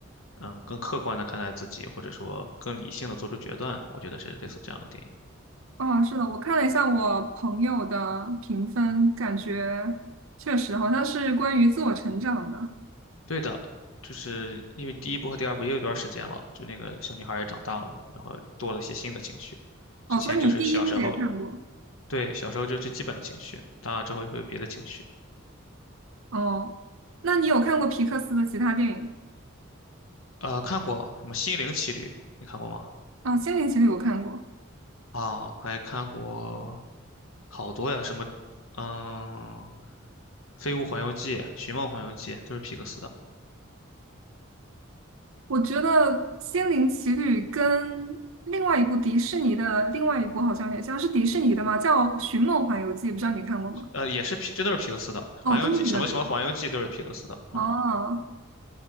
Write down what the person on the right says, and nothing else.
哦，是的，我看了一下我朋友的评分，感觉确实好像是关于自我成长的。
哦，
所以你第一部也看过。
哦，那你有看过皮克斯的其他电影
吗？哦，《心灵奇旅》我看过，
我觉得《心灵奇旅》跟另外一部迪士尼的另外一部好像有点像，是迪士尼的吗？叫《寻梦环游记》，不知道你看过吗？
哦，
都是皮克斯的。哦，